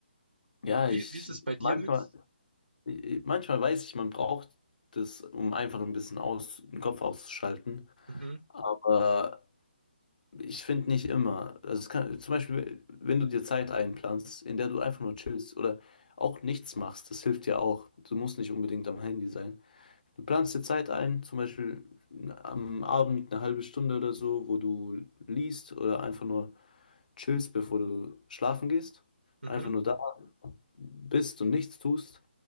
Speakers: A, on the left (about 50°); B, on the right (about 80°).
A: ja,
B: Wie,
A: ich,
B: wie ist es bei dir
A: manchmal,
B: mit?
A: ich- manchmal weiß ich, man braucht das, um einfach ein bisschen aus, den Kopf auszuschalten,
B: Mhm,
A: aber ich finde nicht immer. Also es kann, zum Beispiel, wenn du dir Zeit einplanst, in der du einfach nur chillst oder auch nichts machst, das hilft ja auch. Du musst nicht unbedingt am Handy sein. Du planst dir Zeit ein, zum Beispiel am Abend eine halbe Stunde oder so, wo du liest oder einfach nur chillst, bevor du schlafen gehst.
B: mhm,
A: Einfach nur da bist und nichts tust.